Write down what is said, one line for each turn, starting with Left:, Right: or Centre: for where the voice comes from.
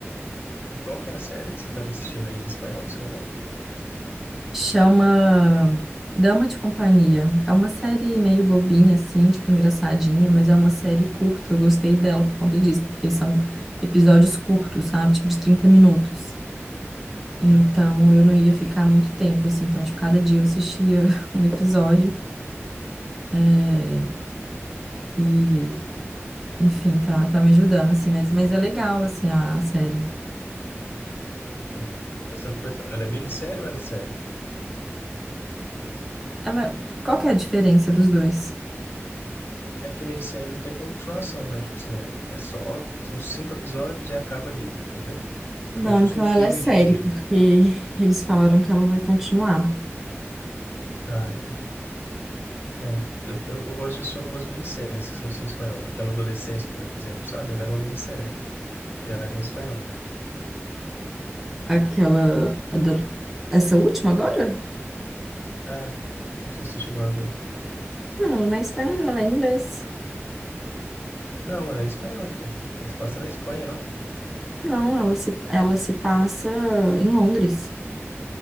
Left: E qual que é a série que você estava assistindo aí em espanhol, que você falou?
Centre: Chama Dama de Companhia. É uma série meio bobinha, assim, tipo engraçadinha, mas é uma série curta. Eu gostei dela por conta disso, porque são episódios curtos, sabe? Tipo de 30 minutos. Então,
Left: Hum,
Centre: eu não ia ficar muito tempo, assim. Então, tipo, cada dia eu assistia <laughs> um episódio. é, e, enfim, tá, tá me ajudando, assim. Mas, mas é legal, assim, a, a série.
Left: Não. Essa eu não conheço, não. Ela é minissérie ou ela é série?
Centre: Ela, qual que é a diferença dos dois?
Left: É porque minissérie não tem continuação, né? Tipo assim, é, é só, são cinco episódios e acaba ali, entendeu?
Centre: Não,
Left: É como se
Centre: então
Left: fosse um filme
Centre: ela é série,
Left: dividido.
Centre: porque eles falaram que ela vai continuar.
Left: Ah, entendi. É, eu, eu, eu gosto de assistir algumas minisséries que são assim, em espanhol. Aquela Adolescência, por exemplo, sabe? Ela era uma minissérie. E ela era em espanhol.
Centre: Aquela. ado- Essa última agora?
Left: Ah, não sei se você chegou a ver.
Centre: Não, ela não é espanhola, ela é inglês.
Left: Não, ela é em espanhol, pô. Ela se passa na Espanha, não?
Centre: Não, ela se, ela se passa em Londres,